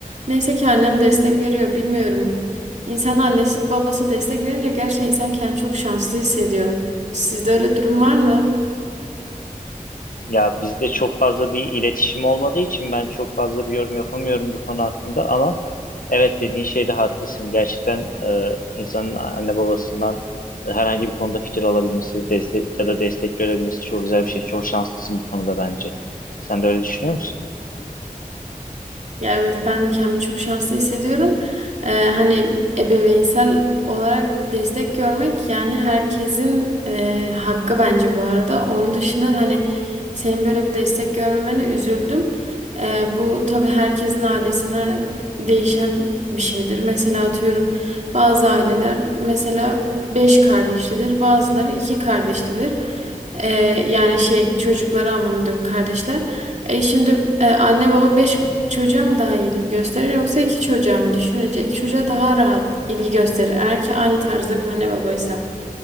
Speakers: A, on the right (about 55°); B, on the left (about 70°).
A: neyse ki annem destek veriyor bilmiyorum. İnsan annesi babası destek verince gerçekten insan kendini çok şanslı hissediyor. Sizde öyle durum var mı?
B: Ya bizde çok fazla bir iletişim olmadığı için ben çok fazla bir yorum yapamıyorum bu konu hakkında ama evet dediğin şeyde haklısın. Gerçekten e, insanın anne babasından e, herhangi bir konuda fikir alabilmesi, destek ya da destek görebilmesi çok güzel bir şey. Çok şanslısın bu konuda bence. Sen de öyle düşünüyor musun?
A: Ya evet ben de kendimi çok şanslı hissediyorum. Ee, hani ebeveynsel olarak destek görmek yani herkesin e, hakkı bence bu arada. Onun dışında hani senin böyle bir destek görmemene üzüldüm. Ee, bu tabii herkesin ailesinden değişen bir şeydir. Mesela atıyorum bazı aileler mesela beş kardeşlidir, bazıları iki kardeşlidir. Ee, yani şey çocukları anlamında diyorum kardeşler. E şimdi e, anne baba beş çocuğa mı daha ilgi gösterir yoksa iki çocuğa mı? Düşününce iki çocuğa daha rahat ilgi gösterir. Eğer ki aynı tarzda bir anne babaysa.